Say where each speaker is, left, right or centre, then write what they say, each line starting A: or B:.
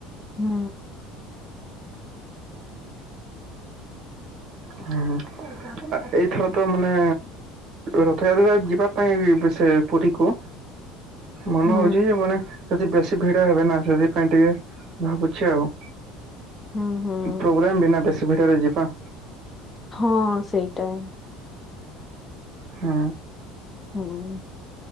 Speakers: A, on the left; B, on the right.
A: ହୁଁ।
B: ହୁଁ। ଏଇଥର ତ ମାନେ ରଥଯାତ୍ରା ଯିବା ପାଇଁ ଏବେ ସେ ପୁରୀକୁ ମନ
A: ହୁଁ
B: ହଉଛି ଯେ ମାନେ ସେଠି ବେଶୀ ଭିଡ ହେବେ ନା ସେଥିପାଇଁ ଟିକେ ଭାବୁଛି ଆଉ।
A: ହୁଁ ହୁଁ।
B: ପ୍ରୋବ୍ଲେମ୍ ବିନା ବେଶୀ ଭିଡ଼ରେ ଯିବା।
A: ହଁ ସେଇଟା।
B: ହୁଁ।
A: ହୁଁ।